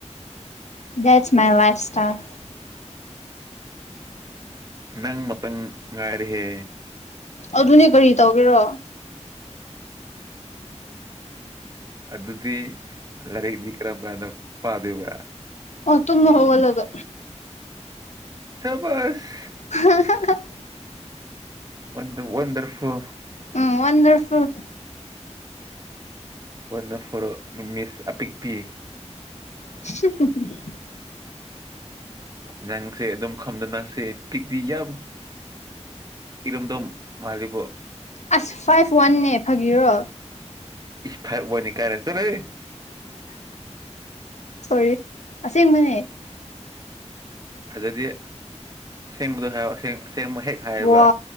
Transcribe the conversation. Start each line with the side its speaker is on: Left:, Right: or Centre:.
Left: ꯗꯦꯠ ꯃꯥꯏ ꯂꯐꯥ ꯏꯇꯥꯜ
Right: ꯅꯪ ꯃꯇꯝ ꯉꯥꯏꯔꯍꯦ
Left: ꯑꯗꯨꯅꯦ ꯀꯔꯤ ꯇꯧꯒꯦꯔꯣ
Right: ꯑꯗꯨꯗꯤ ꯂꯥꯏꯔꯤꯛꯇ ꯀꯔꯝ ꯀꯥꯟꯗ ꯄꯥꯗꯣꯏꯕ
Left: ꯑꯣ ꯇꯨꯝꯕ ꯍꯧꯒꯠꯂꯒ
Right: ꯁꯥꯕꯁ
Left: <unintelligible>
Right: ꯋꯥꯟꯗꯔ ꯋꯥꯟꯗꯔꯐꯨꯜ
Left: ꯎꯝ ꯋꯥꯟꯗꯔꯐꯨꯜ
Right: ꯋꯥꯟꯗꯔꯐꯨꯜ ꯃꯤꯁ ꯑꯄꯤꯛꯄꯤ
Left: <unintelligible>
Right: ꯅꯪꯁꯦ ꯑꯗꯨꯝ ꯈꯝꯗ ꯅꯪꯁꯦ ꯄꯤꯛ ꯇꯤ ꯌꯥꯝ ꯏꯔꯝꯗꯝ ꯃꯥꯜꯂꯤꯕꯣ
Left: ꯑꯁ ꯐꯥꯏꯞ ꯋꯥꯟꯅꯦ ꯐꯥꯒꯤꯔꯣ
Right: ꯏꯁ ꯐꯥꯏꯞ ꯋꯥꯟꯅꯤ ꯀꯥꯏꯅ ꯆꯠꯂꯨꯍꯦ
Left: ꯁꯣꯔꯤ ꯑꯁꯦꯡꯕꯅꯦ
Right: ꯊꯥꯖꯗꯦ ꯑꯁꯦꯡꯕꯗꯣ ꯍꯥꯏꯔꯑꯣꯁ ꯑꯁꯦꯡꯕ ꯍꯦꯛ ꯍꯥꯏꯌꯦꯕ
Left: ꯋꯥ